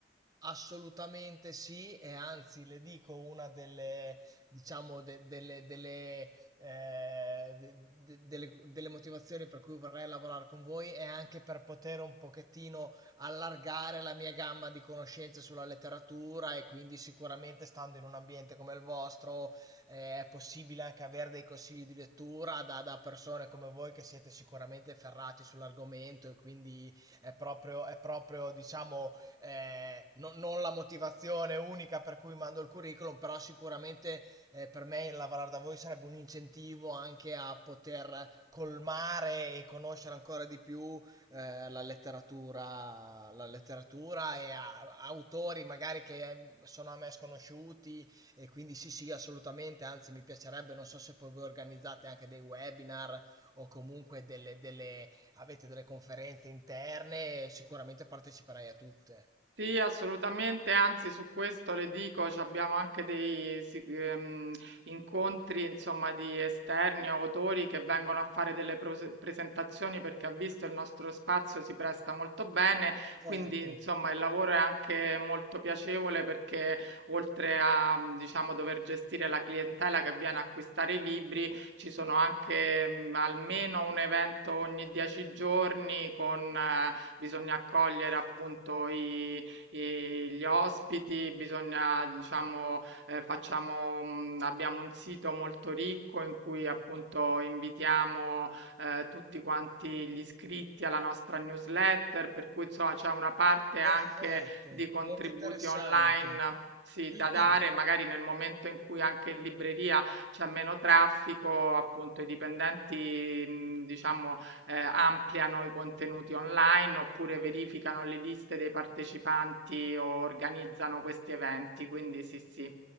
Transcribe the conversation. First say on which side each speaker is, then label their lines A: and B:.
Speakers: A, on the right (about 20°); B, on the right (about 80°).
A: Assolutamente sì, e anzi le dico una delle, diciamo, de- delle, delle, eh, de- de- delle- delle motivazioni per cui vorrei lavorare con voi è anche per poter un pochettino allargare la mia gamma di conoscenze sulla letteratura e quindi sicuramente stando in un ambiente come il vostro, eh, è possibile anche avere dei consigli di lettura da, da persone come voi che siete sicuramente ferrati sull'argomento e quindi è proprio, è proprio, diciamo eh, no- non la motivazione unica per cui mando il curriculum, però sicuramente eh, per me lavorare da voi sarebbe un incentivo anche a poter colmare e conoscere ancora di più eh, la letteratura, la letteratura e a- a autori magari che eh, sono a me sconosciuti e quindi sì, sì, assolutamente, anzi mi piacerebbe, non so se poi voi organizzate anche dei webinar o comunque delle delle- Avete delle conferenze interne, sicuramente parteciperai a tutte.
B: Sì, assolutamente, anzi su questo le dico, ci abbiamo anche dei si- ehm, incontri insomma, di esterni, o autori che vengono a fare delle pros- presentazioni perché ha visto il nostro spazio si presta molto bene, quindi
A: Certo,
B: insomma il lavoro è anche molto piacevole perché oltre a mh, diciamo, dover gestire la clientela che viene a acquistare i libri, ci sono anche mh, almeno un evento ogni dieci giorni con... eh, bisogna accogliere appunto i ehm, gli ospiti, bisogna diciamo, ehm, facciamo mhmm, abbiamo un sito molto ricco in cui appunto invitiamo, ehm, tutti quanti gli iscritti alla nostra newsletter, per cui insomma c'è una parte
A: perfetto,
B: anche di contributi
A: molto interessante.
B: online sì,
A: <clears throat>
B: da dare, magari nel momento in cui anche in libreria c'è meno traffico, appunto i dipendenti, mhmm, diciamo ehm, ampliano i contenuti online oppure verificano le liste dei partecipanti o organizzano questi eventi. Quindi sì, sì.